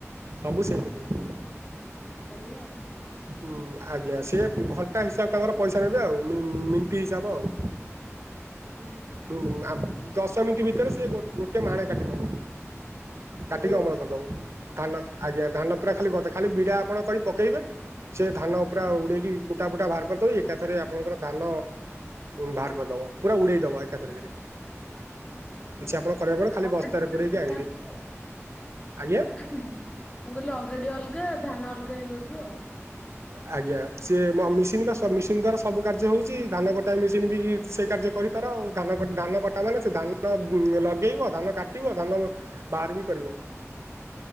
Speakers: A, on the right; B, on the left.
A: ସବୁ ସେଇ କରିବ।
B: ଆଃ ବଢିଆ ଆଉ।
A: ହୁଁ ଆଜ୍ଞା ସେ ଘଣ୍ଟା ହିସାବ ତାଙ୍କର ପଇସା ନେବେ ଆଉ ମିନିଟ ହିସାବ ଆଉ।
B: ଆଜ୍ଞା।
A: ହୁଁ ଆ ଦଶ ମିନିଟ୍ ଭିତରେ ସେ ଗୋ ଗୋଟେ ମାଣେ କାଟିଦବ, କାଟିକି
B: ଓହୋ
A: ଅମଳ କରିଦବ। ଧାନ ଆଜ୍ଞା ଧାନ ପୁରା ଖାଲି ଗଦା ଖାଲି ବିଡା ଆପଣ କରି ପକେଇବେ ସେ ଧାନ ପୁରା
B: ଆଜ୍ଞା
A: ଉଡେଇକି କୁଟା ଫୁଟା ବାହାର କରିଦେଇ ଏକାଥରେ ଆପଣଙ୍କର ଧାନ ବାହାର କରିଦବ ପୁରା ଉଡେଇଦବ ଏକାଥରକରେ।
B: ଯାହା
A: କିଛି
B: ହଉ।
A: ଆପଣ କରିବେ କଣ ଖାଲି
B: ଅଗାଡି
A: ବସ୍ତାରେ
B: ଫଗାଡି
A: ପୁରେଇକି
B: ସବୁ
A: ଆଣିବେ।
B: ବାହାରିଥିବ ଆଉ
A: ଆଜ୍ଞା
B: ମୁଁ କହିଲି ଅଗାଡି ଅଲଗା ଧାନ ଅଲଗା ହେଇଯାଉଥିବ ଆଉ।
A: ଆଜ୍ଞା ସେ ମି଼ସିନ ବା ମି଼ସିନ ଦ୍ଵାରା ସବୁ କାର୍ଯ୍ୟ ହଉଛି ଧାନ କଟା ମେସିନ ବି ସେ କାର୍ଯ୍ୟ କରିପାର ଆଉ ଧ ଧାନ କଟା ମାନେ ସେ ଧାନ ଲଗେଇବ ଧାନ କାଟିବ ଧାନ ବାହାରବି କରିବ।